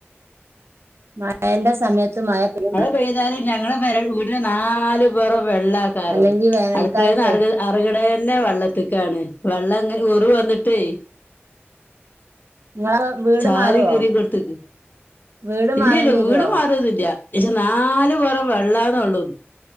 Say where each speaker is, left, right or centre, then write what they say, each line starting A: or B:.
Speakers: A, on the right; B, on the left.
A: മഴന്റെ സമയത്ത് മഴ പെയ്യണം
B: പെയ്താല് ഞങ്ങള പെര വീടിന്റെ നാല് പൊറം വെള്ളേക്കാരം
A: അല്ലെങ്കി വേനൽക്കാലത്തെ
B: അടുക്കളന്നെറങ്ങു എറങ്ങണേന്നെ വെള്ളത്തിക്കാണ് വെള്ളങ്ങനെ ഒറു വന്നിട്ടേയ്
A: നിങ്ങളെ വീട്
B: ചാല്
A: മാറുവോ
B: കീറി കൊടുത്ത്ക്ക്
A: വീട്
B: ഇല്ലില്ല
A: മാറേണ്ടി
B: വീട്
A: വരുവോ
B: മാറൊന്നുല്ല ക്ഷെ നാലു പൊറും വെള്ളാന്നൊള്ളൂ